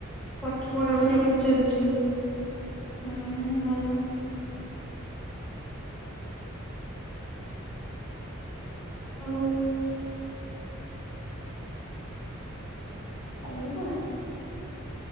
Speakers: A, in the centre; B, on the left.
A: ପାଠ ପଢାପଢି କେମିତି ଚାଲିଚି?
B: ହୁଁ ଭଲ।
A: ହଉ।
B: କାଲି ଯିବୁ ନା?